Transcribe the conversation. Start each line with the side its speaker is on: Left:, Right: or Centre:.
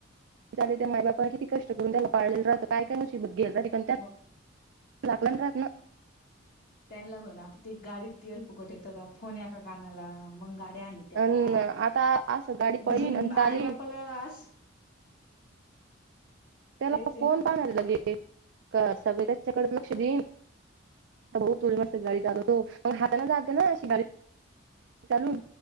Right: त्या माय बापानं किती कष्ट करून त्या पाळलेलं राहत. काय काय मुसीबत <unintelligible>
Left: मग
Right: लाकला राहत नं
Left: त्यांला हो ना आता ते गाडीत तल फुकट येतं का? फोन या का कानाला मग गाडी आण त्या
Right: अन
Left: काय
Right: आता असं गाडी पळीन
Left: गुजून
Right: आणि चालीन
Left: आई बापाला आस
Right: त्याला
Left: तेच आहे
Right: कोण
Left: ना
Right: पाणायला लगे का सगळे त्याच्याकडेच लक्ष देईन. <unintelligible> मस्त गाडी चालवतो मग हाताना जाते ना अशी गाडी चालू